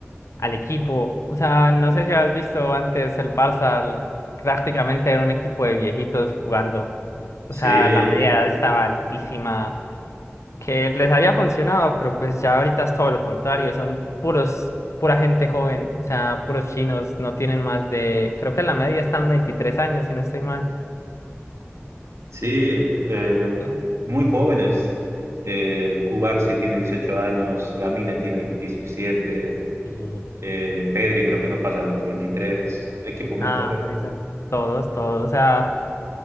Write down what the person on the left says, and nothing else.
al equipo. O sea, no sé si has visto antes el Barça, l- prácticamente era un equipo de viejitos jugando.
O sea, la media edad estaba altísima, que les había funcionado, pero pues ya ahorita es todo lo contrario, son puros, pura gente joven, o sea, puros chinos, no tienen más de, creo que la media están 23 años, si no estoy mal.
Entonces,
y
nada,
por eso, todos, todos, o sea.